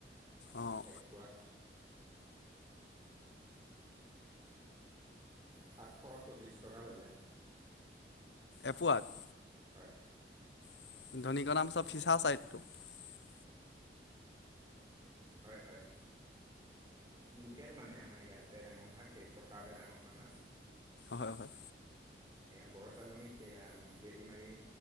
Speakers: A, on the left; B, on the right.
A: অঁ
B: এক পোৱা। সাতশ চল্লিছ টকা ল'লে।
A: এপোৱাত?
B: হয়।
A: <unintelligible>
B: হয়। হয়। লোকেল মানে আমাৰ ইয়াতে ডাঙৰ হোৱা। খেল পথাৰতে ডাঙৰ হোৱা মাছ।
A: হয়। হয়।
B: সেয়া বৰচালনীত এয়া বেজী মাৰি